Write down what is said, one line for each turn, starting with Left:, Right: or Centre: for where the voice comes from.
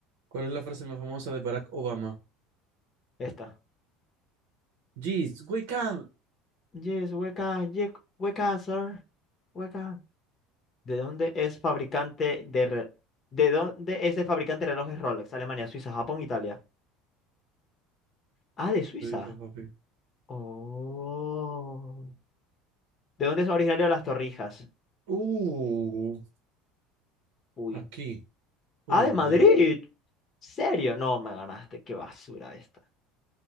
Right: ¿Cuál es la frase más famosa de Barack Obama?
Left: Esta.
Right: Jeez, we can.
Left: Yes, we can, yes, we can, sir. We can. ¿De dónde es fabricante de re- ¿De dónde es el fabricante de relojes Rolex? Alemania, Suiza, Japón, Italia. Ah, de Suiza.
Right: Tú dices, papi.
Left: Oh. ¿De dónde son originarios las torrijas?
Right: Uh,
Left: Uy.
Right: aquí.
Left: Ah,
Right: Uy,
Left: de
Right: Madrid.
Left: Madrid. ¿Serio? No, me ganaste. Qué basura esta.